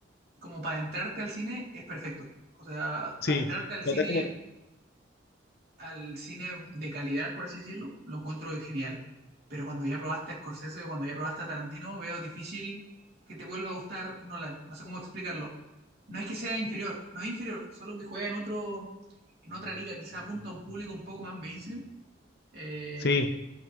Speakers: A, on the right (about 50°); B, on the left (about 55°).
A: como para entrarte al cine, es perfecto. O sea,
B: Sí.
A: para entrarte al
B: Notás
A: cine
B: como-
A: al cine de calidad, por así decirlo, lo encuentro genial. Pero cuando ya probaste a Scorsese o cuando ya probaste a Tarantino, veo difícil que te vuelva a gustar Nolan. No sé cómo explicarlo. No es que sea inferior, no es inferior, solo que juega en otro, en otra liga, quizá apunta a un público un poco más mainstream. eh,
B: Sí,